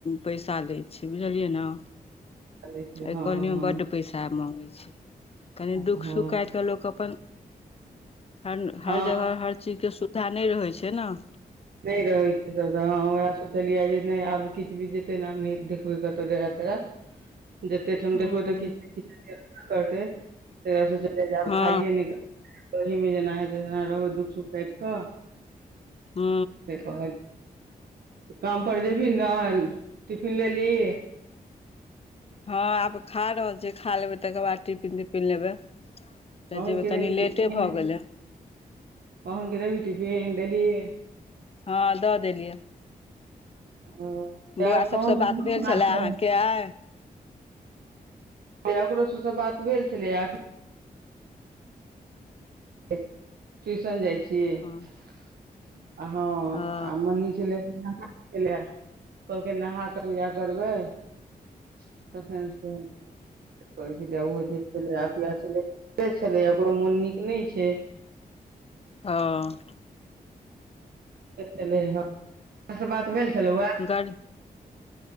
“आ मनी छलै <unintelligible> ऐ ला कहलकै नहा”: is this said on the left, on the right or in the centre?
Right